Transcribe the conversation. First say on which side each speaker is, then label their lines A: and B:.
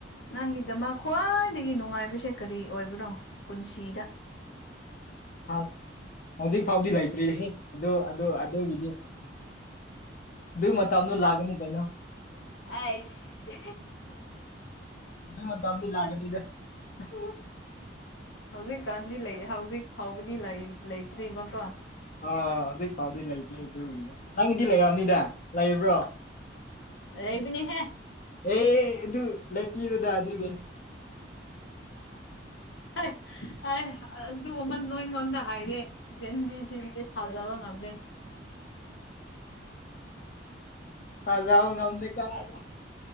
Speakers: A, on the left; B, on the left.
A: ꯅꯪꯒꯤꯗꯃꯛ ꯈ꯭ꯋꯥꯏꯗꯒꯤ ꯅꯨꯡꯉꯥꯏꯕꯁꯦ ꯀꯔꯤ ꯑꯣꯏꯕꯅꯣ ꯄꯨꯟꯁꯤꯗ
B: ꯑꯁ ꯍꯧꯖꯤꯛ ꯐꯥꯎꯗꯤ ꯂꯩꯇ꯭ꯔꯤꯍꯦ ꯑꯗꯨ ꯑꯗꯨ ꯑꯗꯨꯒꯤꯗꯤ ꯑꯗꯨ ꯃꯇꯝꯗꯣ ꯂꯥꯛꯒꯅꯤ ꯀꯩꯅꯣ
A: ꯑꯩꯁ
B: ꯑꯗꯨ ꯃꯇꯝꯗꯣ ꯂꯥꯛꯒꯅꯤꯗ <unintelligible>
A: ꯍꯧꯖꯤꯛꯀꯥꯟꯗꯤ ꯂꯩ ꯍꯧꯖꯤꯛ ꯐꯥꯎꯕꯗꯤ ꯂꯩ ꯂꯩꯇ꯭ꯔꯤꯕꯀꯣ
B: ꯑꯥ ꯍꯧꯖꯤꯛ ꯐꯥꯎꯗꯤ ꯂꯩꯇꯦ ꯑꯗꯨꯒꯤꯗꯣ ꯅꯪꯒꯤꯗꯤ ꯂꯩꯔꯝꯅꯤꯗ ꯂꯩꯕ꯭ꯔꯣ
A: ꯂꯩꯕꯅꯤꯍꯦ
B: ꯑꯦ ꯑꯗꯨ ꯂꯦꯞꯄꯤꯔꯣꯗ ꯑꯗꯨꯗꯨ
A: ꯑꯥꯢ ꯑꯥꯢ ꯑꯗꯨ ꯑꯃ ꯅꯣꯏꯉꯣꯟꯗ ꯍꯥꯏꯔꯦ ꯖꯦꯟꯖꯤꯁꯤꯡꯗꯤ ꯊꯥꯖꯕ ꯉꯝꯗꯦ
B: ꯊꯥꯖꯕ ꯉꯝꯗꯦ ꯀꯥꯏꯅ